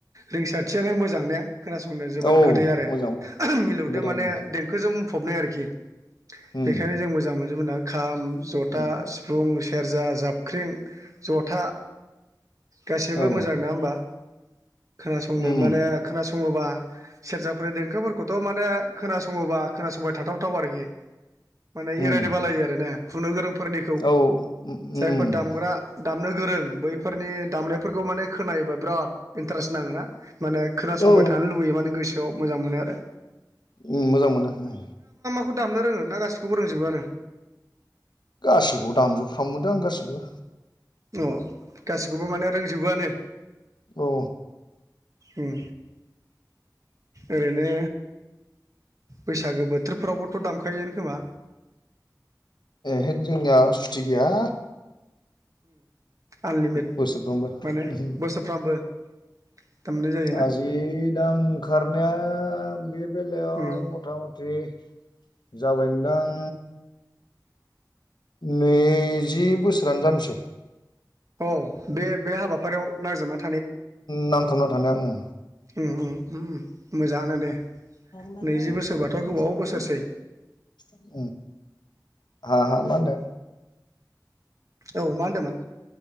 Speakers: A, on the right; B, on the left.
A: रिंसारथियानो मोजां ने। खोनासंनो जोबोद
B: औ
A: गोदै आरो
B: मोजां
A: मिलौदो
B: नंगौ दे
A: माने
B: उम
A: देंखोजों बुंफबनाय आरोखि।
B: उम
A: बेखायनो जों मोजां मोनजोबोना खाम जथा
B: उम
A: सिफुं से सेरजा जाबख्रिं जथा गासिबो
B: औ
A: मोजां नङा होमबा। खोनासंनो
B: उम
A: माने खोनासं संओबा सेरजाफोरनि देंखोफोरखौथ' माने खोनासङोबा खोनासंबाय थाथावथाव आरोखि माने एरायनो
B: उम
A: बालायो आरो ने हुनो गोरों फोरनिखौ
B: औ उम
A: जायफोर
B: उम
A: दामग्रा दाम नो गोरों बैफोरनि दामनायफोरखौ माने खोनायोबा बिराद इन्टारेस्ट नाङोना माने खोनासंबाय
B: औ
A: थानो लुबैयो माने गोसोआव मोजां मोनो आरो।
B: ओम मोजां मोनो ओम
A: खौ दामनो रोङो ना गासिखौबो रोंजोबोआनो
B: गासिबखौबो दामजोबफ्रामोदां गासिखौबो
A: अ गासिखौबो माने रोंजोबोआनो
B: औ
A: उम ओरैनो बैसागो बोथोरफोरावबोथ दामखायोआनो खोमा
B: ह जोंा सटि गैया
A: आनलिमिटेद
B: बोसोरफ्रोमबो
A: माने
B: उम
A: बोसोरफ्रामबो दामनाय जायोना
B: आजि दां खखारनाया बे बेलायाव
A: उम
B: मथा मथि
A: <inaudible>
B: जाबाय नदां नैजि बोसोरानो जानोसै
A: औ बे बे हाबाफारियाव नांजोबोन
B: नांथाबना थानाया आं
A: उम उम मोजाङानो दे
B: म
A: नैजि
B: मसला
A: बोसोरबाथ' गोबाव
B: स
A: बोसोरसै
B: नि हा हा मा
A: औ मा होनदोंमोन